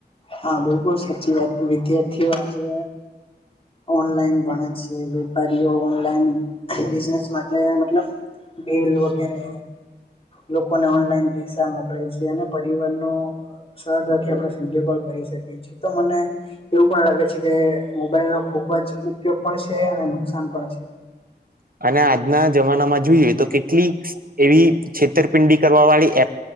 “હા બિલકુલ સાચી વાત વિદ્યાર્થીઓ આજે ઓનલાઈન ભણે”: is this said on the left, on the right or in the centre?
Left